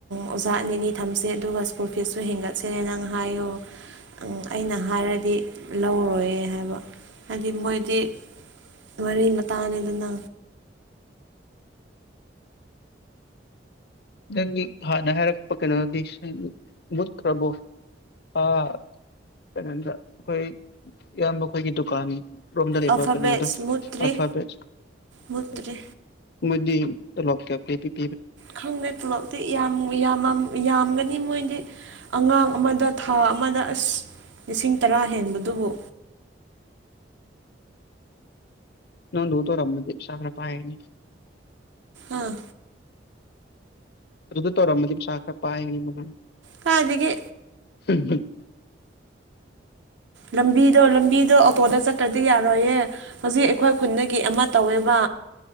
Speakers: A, on the right (about 75°); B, on the left (about 55°).
A: ꯑꯣꯖꯥ ꯑꯅꯤꯅꯤ ꯊꯝꯁꯦ ꯑꯗꯨꯒ ꯁ꯭ꯀꯨꯜ ꯐꯤꯁꯨ ꯍꯦꯟꯒꯠꯁꯦꯅ ꯅꯪ ꯍꯥꯏꯌꯣ ꯑꯩꯅ ꯍꯥꯏꯔꯗꯤ ꯂꯧꯔꯣꯏ ꯍꯥꯏꯕ ꯍꯥꯏꯗꯤ ꯃꯣꯏꯗꯤ ꯃꯔꯤ ꯃꯇꯥꯅꯤꯗꯅ
B: ꯅꯪꯒꯤ ꯍꯥꯟꯅ ꯍꯥꯏꯔꯛꯄ ꯀꯩꯅꯣꯗꯤ ꯁꯀ꯭ꯨꯟ ꯃꯨꯠꯈ꯭ꯔꯕꯣ ꯑꯥ ꯀꯩꯅꯣꯗ ꯑꯩꯈꯣꯏ ꯏꯌꯥꯝꯕ ꯑꯩꯈꯣꯏꯒꯤ ꯗꯨꯀꯥꯟ ꯔꯣꯝꯗ ꯂꯩꯕ
A: ꯑꯜꯐꯥꯕꯦꯠꯁ
B: ꯀꯩꯅꯣꯗꯣ
A: ꯃꯨꯠꯇ꯭ꯔꯤ
B: ꯑꯜꯐꯥꯕꯦꯠ ꯁꯀ꯭ꯨꯜ
A: ꯃꯨꯠꯇ꯭ꯔꯤ
B: ꯃꯣꯏꯗꯤ ꯇꯣꯂꯣꯞ ꯀꯌꯥ ꯄꯤꯕꯤ
A: ꯈꯪꯗꯦ ꯇꯂꯣꯞꯗꯤ ꯌꯥꯝ ꯌꯥꯝꯃꯝ ꯌꯥꯝꯒꯅꯤ ꯃꯣꯏꯗꯤ ꯑꯉꯥꯡ ꯑꯃꯗ ꯊꯥ ꯑꯃꯗ ꯑꯁ ꯂꯤꯁꯤꯡ ꯇꯔꯥ ꯍꯦꯟꯕꯗꯨꯕꯨ
B: ꯅꯪꯗꯧ ꯇꯧꯔꯝꯃꯗꯤ ꯄꯩꯁꯥ ꯈꯔ ꯄꯥꯏꯔꯅꯤ
A: ꯑꯥ
B: ꯑꯗꯨꯗ ꯇꯧꯔꯝꯃꯗꯤ ꯄꯩꯁꯥ ꯈꯔ ꯄꯥꯏꯅꯤ ꯃꯥ
A: ꯀꯥꯏꯗꯒꯤ
B: <unintelligible>
A: ꯂꯝꯕꯤꯗꯣ ꯂꯝꯕꯤꯗꯣ ꯑꯣꯇꯣꯗ ꯆꯠꯇ꯭ꯔꯗꯤ ꯌꯥꯔꯣꯏꯌꯦ ꯍꯧꯖꯤꯛ ꯑꯩꯈꯣꯏ ꯈꯨꯟꯗꯒꯤ ꯑꯃ ꯇꯧꯋꯦꯕ